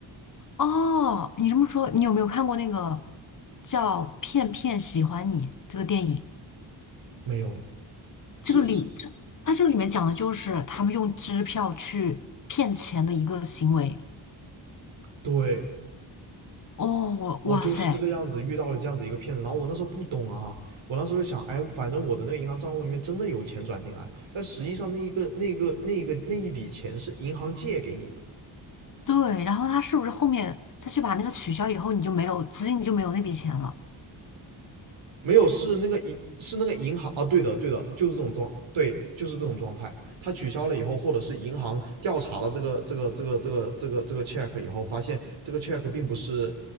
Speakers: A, on the left (about 45°); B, on the right (about 80°).
A: 哦，你这么说，你有没有看过那个叫《骗骗喜欢你》这个电影？
B: 没有，是，
A: 这个里，这它这个里面讲的就是他们用支票去骗钱的一个行为。
B: 对。
A: 哦，
B: 我就是这个样子遇到了这样子一个骗子，
A: 哇塞，
B: 然后我那时候不懂啊，我那时候就想，哎，反正我的那个银行账户里面真的有钱转进来，但实际上那一个那个那个那一笔钱是银行借给你的，
A: 对，然后他是不是后面再去把那个取消以后，你就没有资金，你就没有那笔钱了？
B: 没有，是那个银是那个银行啊，对的对的，就是这种状，对，就是这种状态。他取消了以后，或者是银行调查了这个这个这个这个这个这个 check 以后，发现这个 check 并不是，